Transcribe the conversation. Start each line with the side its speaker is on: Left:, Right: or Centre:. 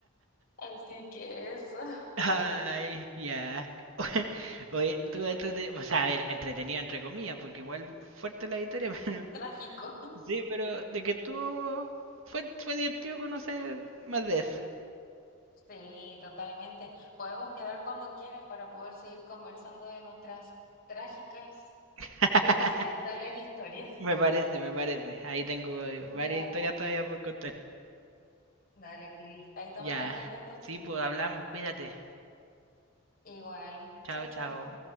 Left: Así que eso, <laughs>
Right: Ay, ya. <laughs> Oye, tú, entrete- o sea, a ver, entretenido entre comillas, porque igual fuerte la historia, <laughs> pero...
Left: trágico.
Right: Sí, pero de que estuvo... Fue, fue divertido conocer más de eso.
Left: Sí, totalmente. Podemos quedar cuando quieras para poder seguir conversando de nuestras trágicas
Right: <laughs>
Left: y accidentales <laughs> historias.
Right: Me parece, me parece. Ahí tengo eh,
Left: Ya,
Right: varias historias
Left: pues.
Right: todavía por contar.
Left: Dale, Pili. Ahí estamos
Right: Ya.
Left: en contacto entonces.
Right: Sí, pues hablamos, cuídate.
Left: Igual.
Right: Chao,
Left: Chao, chao.
Right: chao.